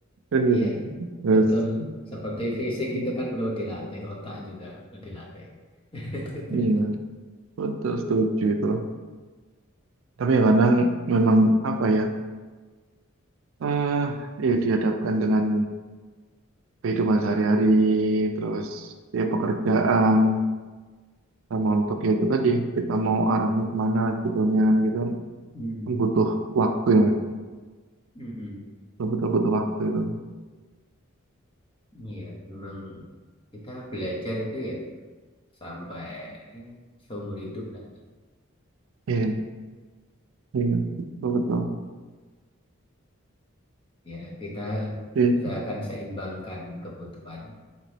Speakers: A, on the right (about 65°); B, on the left (about 25°).
A: kan
B: Iya,
A: gitu terus
B: betul. Seperti fisik
A: mm,
B: itu kan perlu dilatih, otak juga perlu dilatih. <laughs>
A: iya betul setuju itu tapi ya kadang memang apa ya eh ya dihadapkan dengan kehidupan sehari-hari terus ya pekerjaan sama untuk ya itu tadi kita mau arahnya kemana sebetulnya kan gitu kan
B: Hmm,
A: kan butuh waktu ya
B: mm-mm.
A: betul butuh waktu itu
B: Iya, memang kita belajar itu ya sampai ya, seumur hidup lah.
A: iya iya betul betul
B: Ya, kita
A: Iya.
B: akan seimbangkan kebutuhan